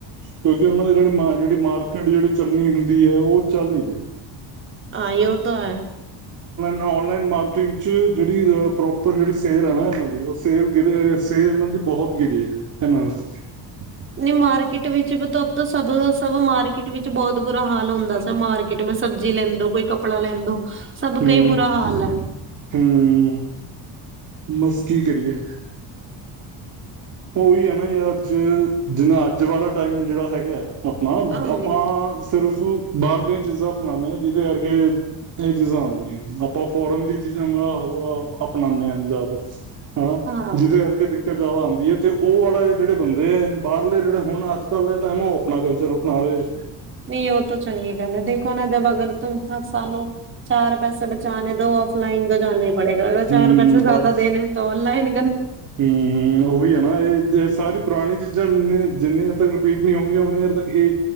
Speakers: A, on the right (about 40°); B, on the right (about 25°).
A: ਕਿਉਂਕਿ ਉਹਨਾਂ ਦੇ ਜਿਹੜੇ ਮਾ ਮਾਰਕੀਟ ਜਿਹੜੀ ਚੱਲਣੀ ਹੁੰਦੀ ਹੈ ਉਹ ਚੱਲ ਨੀ ਰਹੀ।
B: ਆਹ ਯੋ ਤੋ ਹੈ।
A: ਔਨ ਲਾਈਨ ਮਾਰਕੀਟਿੰਗ ਚ ਜਿਹੜੀ ਅ ਪ੍ਰੋਪਰ ਜਿਹੜੀ ਸੇਲ ਹੈ ਨਾ ਇਹਨਾਂ ਦੀ ਉਹ ਸੇਲ ਗੀਰੀ ਸੇਲ ਇਹਨਾਂ ਦੀ ਬਹੁਤ ਗਿਰੀ ਹੈ ਇਹਨਾਂ ਦੀ।
B: ਨੀ ਮਾਰਕੀਟ ਵਿਚ ਵੀ ਬਤ ਦਾ ਸਬ ਸਭ ਮਾਰਕੀਟ ਵਿਚ ਬਹੁਤ ਬੁਰਾ ਹਾਲ ਹੁੰਦਾ ਸੀ। ਮਾਰਕੀਟ ਮੇ ਸਬਜੀ ਲੈਂਦੋ ਕੋਈ ਕਪ ਕੱਪੜਾ ਲੈਂਦੋ। ਸਭ
A: ਹੂੰ-ਹੂੰ,
B: ਕਈ ਬੁਰਾ ਹਾਲ ਹੈ
A: ਬਸ ਕੀ ਕਰੀਏ ਓਹੀ ਹੈ ਨਾ ਜਾ ਅੱਜ ਜਿੰਨਾ ਅੱਜ ਵਾਲਾ ਟਾਈਮ ਜਿਹੜਾ ਹੈਗਾ। ਆਪਨਾ
B: ਹਾਂਜੀ
A: ਆਪਾਂ। ਸਿਰਫ ਬਾਹਰਲੀਆਂ ਚੀਜ਼ਾਂ ਅਪਣਾਣੇ ਆ ਜਿਹਦੇ ਕਰਕੇ ਚੀਜ਼ਾਂ ਆਉਦੀਆਂ ਆਪਾਂ ਫੋਰਨ ਦੀ ਚੀਜ਼ਾਂ ਉਹ ਅਪਣਾਉਨੇ ਆ ਜ਼ਿਆਦਾ। ਹਨਾ
B: ਹਾਂ
A: ਜਿਹਦੇ ਕਰਕੇ ਦਿਕ ਕਰਜਾਵਾ ਆਦੀ ਹੈ ਤੇ ਉਹ ਵਾਲਾ ਐ ਜਿਹੜੇ ਬੰਦੇ ਹੈ। ਬਾਹਰਲੇ ਜਿਹੜਾ ਹੁਣ ਅ ਕੱਲ ਦੇ ਟੈਮ ਉਹ ਆਪਣਾ ਕਲਚਰ ਅਪਣਾ ਰਹੇ।
B: ਨਹੀਂ ਉਹ ਤਾਂ ਚੰਗੀ ਗੱਲ ਹੈ ਦੇਖੋ ਨਾ ਜਦ ਅਗਰ ਤ ਤਾਂ ਸਾਨੂੰ, ਚਾਰ ਪੈਸੇ ਬਚਾਨੇ ਦੋ ਔਫਲਾਈਨ ਤੋਂ ਜਾਨਾ ਹੀ ਪੜੇਗਾ ਅਗਰ ਚਾਰ
A: ਹਮ
B: ਪੈਸੇ ਜ਼ਿਆਦਾ
A: ਬਸ
B: ਦੇਣੇ ਤਾਂ ਔਨਲਾਈਨ,
A: ਹੂੰ ਉਹੀ ਹੈ ਨਾ ਇਹ ਸਾਰੀ ਪੁਰਾਣੀ ਚ, ਜਾਂਨੇ ਜਿੰਨੇ ਹਰ ਤੱਕ ਰਿਪੀਟ ਨਹੀਂ ਹੋਗੇ ਉਨੇ ਹਰ ਤੱਕ ਇਹ